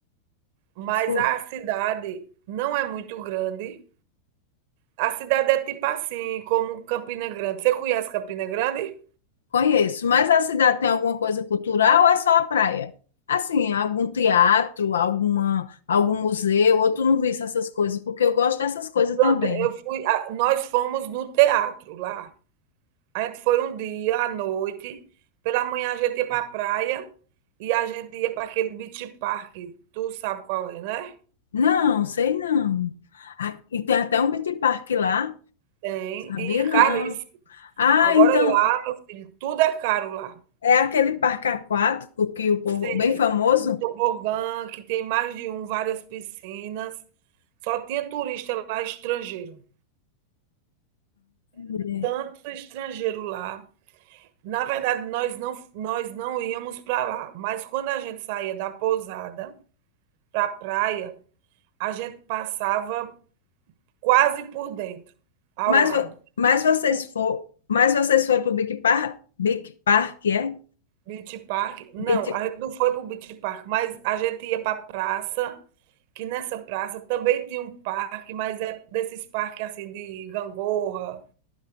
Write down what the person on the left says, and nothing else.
Fu-
Conheço, mas a cidade tem alguma coisa cultural ou é só a praia? Assim, algum teatro, alguma, algum museu, ou tu não viste essas coisas? Porque eu gosto dessas coisas
também.
Não, sei não. Ah, e tem até um beach park lá,
sabia
não.
Ah,
então
é aquele parque aquático que o povo
bem famoso.
Mulher.
Mas,
vo- mas vocês
for, mas vocês foram pro Big Park, Big Park é?
Beach,